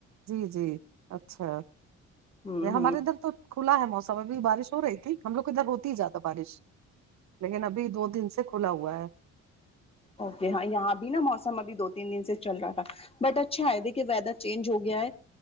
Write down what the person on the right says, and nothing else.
جی جی اچھا
یہ
ہمارے ادھر تو کھلا ہے موسم ابھی بارش ہو رہی ہم لوگ ادھر ہوتی ہی زیادہ بارش لیکن ابھی دو دن سے کھلا ہوا ہے